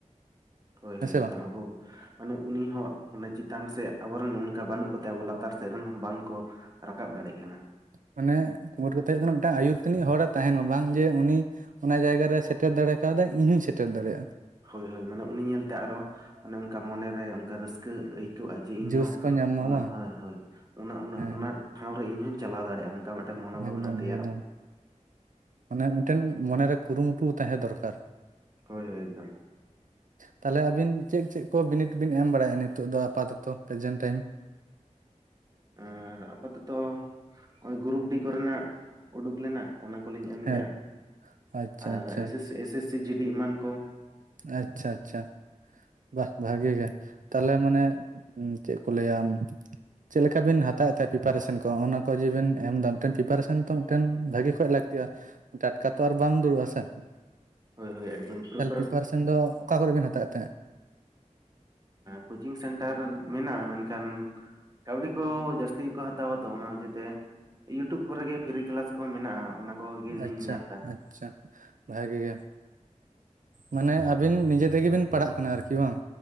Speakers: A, on the right; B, on the right.
A: ᱦᱳᱭ
B: ᱦᱮᱸ
A: ᱦᱳᱭ
B: ᱥᱮ
A: ᱮᱠᱫᱚᱢ
B: ᱵᱟᱝ
A: ᱟᱵᱚ ᱢᱟᱱᱮ ᱩᱱᱤ ᱦᱚᱸ ᱪᱮᱛᱟᱱ ᱥᱮᱫ ᱟᱵᱚᱨᱮᱱ ᱚᱱᱠᱟ ᱵᱟᱹᱱᱩᱜ ᱠᱚᱛᱮ ᱟᱵᱚ ᱞᱟᱛᱟᱨ ᱥᱮᱫ ᱨᱮᱱ ᱦᱚᱸ ᱵᱟᱝ ᱠᱚ ᱨᱟᱠᱟᱵ ᱫᱟᱲᱮᱜ ᱠᱟᱱᱟ᱾
B: ᱢᱟᱱᱮ ᱢᱩᱴ ᱠᱟᱛᱮ ᱦᱩᱭᱩᱜ ᱠᱟᱱᱟ ᱢᱤᱫ ᱴᱟᱝ ᱟᱭᱩᱨ ᱛᱟᱹᱱᱤᱡ ᱦᱚᱲᱮ ᱛᱟᱦᱮᱱ ᱢᱟ᱾ ᱵᱟᱝ ᱡᱮ ᱩᱱᱤ ᱚᱱᱟ ᱡᱟᱭᱜᱟ ᱨᱮ ᱥᱮᱴᱮᱨ ᱫᱟᱲᱮ ᱠᱟᱣᱫᱟᱭ ᱤᱧ ᱦᱚᱧ ᱥᱮᱴᱮᱨ ᱫᱟᱲᱮᱭᱟᱜᱼᱟ᱾
A: ᱦᱳᱭ ᱦᱳᱭ ᱢᱟᱱᱮ ᱩᱱᱤ ᱧᱮᱞ ᱛᱮ ᱟᱨ ᱦᱚᱸ ᱚᱱᱠᱟ ᱢᱚᱱᱮ ᱨᱮ ᱚᱱᱠᱟ ᱨᱟᱹᱥᱠᱟᱹ ᱟᱹᱭ <unintelligible> ᱡᱮ ᱤᱧ
B: ᱡᱳᱥ
A: ᱦᱚᱸ
B: ᱠᱚ ᱧᱟᱢ ᱢᱟ
A: ᱚᱱᱟ
B: ᱵᱟᱝ
A: ᱦᱳᱭ ᱦᱳᱭ ᱚᱱᱟ
B: ᱦᱮᱸ
A: ᱚᱱᱟ ᱴᱷᱟᱶ ᱨᱮ ᱤᱧ ᱦᱚᱧ ᱪᱟᱞᱟᱣ ᱫᱟᱲᱮᱭᱟᱜᱼᱟ ᱚᱱᱠᱟ ᱢᱚᱱᱳᱵᱷᱟᱵᱽᱱᱟ
B: ᱮᱠᱫᱚᱢ
A: ᱛᱮᱭᱟᱨᱚᱜᱼᱟ
B: ᱮᱠᱫᱚᱢ᱾ ᱢᱟᱱᱮ ᱢᱤᱫ ᱴᱮᱱ ᱢᱚᱱᱮ ᱨᱮ ᱠᱩᱨᱩ ᱢᱩᱴᱩ ᱛᱟᱦᱮᱸ ᱫᱚᱨᱠᱟᱨ᱾
A: ᱦᱳᱭ ᱦᱳᱭ ᱮᱠᱫᱚᱢ᱾
B: ᱛᱟᱦᱞᱮ ᱟᱹᱵᱤᱱ ᱪᱮᱫ ᱪᱮᱫ ᱠᱚ ᱵᱤᱱᱤᱰ ᱵᱤᱱ ᱮᱢ ᱵᱟᱲᱟᱭ ᱮᱜᱟ ᱱᱤᱛᱚᱜ ᱫᱚ ᱟᱯᱟᱛᱚᱛᱚ ᱯᱨᱮᱡᱮᱱᱴ ᱴᱟᱭᱤᱢ?
A: ᱟᱨ ᱟᱯᱟᱛᱚᱛᱚ ᱱᱚᱜᱼᱚᱭ ᱜᱨᱩᱯ ᱰᱤ ᱠᱚᱨᱮᱱᱟᱜ ᱩᱰᱩᱠ ᱞᱮᱱᱟ᱾ ᱚᱱᱟ ᱠᱚ ᱞᱤᱧ ᱮᱢ
B: ᱦᱮᱸ
A: ᱠᱮᱜᱼᱟ
B: ᱟᱪᱪᱷᱟ
A: ᱟᱨ
B: ᱟᱪᱪᱷᱟ
A: ᱮᱥᱮᱥ ᱮᱥᱮᱥ ᱥᱤ ᱡᱤ ᱰᱤ ᱮᱢᱟᱱ ᱠᱚ
B: ᱟᱪᱪᱷᱟ ᱟᱪᱪᱷᱟ ᱵᱟᱦ ᱵᱷᱟᱹᱜᱮ ᱜᱮ ᱛᱟᱦᱞᱮ ᱢᱟᱱᱮ ᱪᱮᱫ ᱠᱚ ᱞᱟᱹᱭᱼᱟ ᱪᱮᱫ ᱞᱮᱠᱟ ᱵᱤᱱ ᱦᱟᱛᱟᱣ ᱮᱫ ᱛᱟᱦᱮᱸᱫ ᱯᱤᱯᱟᱨᱮᱥᱮᱱ ᱠᱚ ᱚᱱᱟ ᱠᱚ ᱡᱮ ᱵᱤᱱ ᱮᱢ ᱫᱟ ᱢᱤᱫ ᱴᱮᱱ ᱯᱤᱯᱟᱨᱮᱥᱮᱱ ᱛᱚ ᱢᱤᱫ ᱴᱮᱱ ᱵᱷᱟᱹᱜᱮ ᱠᱷᱚᱡ ᱞᱟᱹᱠᱛᱤᱜᱼᱟ ᱴᱟᱴᱠᱟ ᱛᱚ ᱟᱨ ᱵᱟᱢ ᱫᱩᱲᱩᱵᱼᱟ ᱥᱮ
A: ᱦᱳᱭ ᱦᱳᱭ ᱮᱫᱚᱢ <unintelligible>
B: ᱯᱤᱯᱟᱨᱮᱥᱮᱱ ᱫᱚ ᱚᱠᱟ ᱠᱚᱨᱮ ᱵᱮᱱ ᱦᱟᱛᱟᱣᱮᱫ ᱛᱟᱦᱮ ᱫᱟ
A: ᱠᱳᱪᱤᱝ ᱥᱮᱱᱴᱟᱨ ᱢᱮᱱᱟᱜᱼᱟ ᱢᱮᱱᱠᱷᱟᱱ ᱠᱟᱹᱣᱰᱤ ᱠᱚ ᱡᱟᱹᱥᱛᱤ ᱠᱚ ᱦᱟᱛᱟᱣᱟ ᱛᱚ ᱚᱱᱟ ᱚᱡᱛᱮ ᱤᱭᱩᱴᱩᱵᱽ ᱠᱚᱨᱮ ᱜᱮ ᱯᱷᱤᱨᱤ ᱠᱮᱞᱟᱥ ᱠᱚ ᱢᱮᱱᱟᱜᱼᱟ ᱠᱚᱜᱮᱞᱤᱧ
B: ᱟᱪᱪᱷᱟ
A: ᱧᱮᱞ ᱮᱫᱟ
B: ᱟᱪᱪᱷᱟ ᱵᱷᱟᱜᱮ ᱜᱮ ᱢᱟᱱᱮ ᱟᱹᱵᱤᱱ ᱱᱤᱡᱮ ᱛᱮᱜᱮ ᱵᱤᱱ ᱯᱟᱲᱦᱟᱜ ᱠᱟᱱᱟ ᱟᱨᱠᱤ ᱵᱟᱝ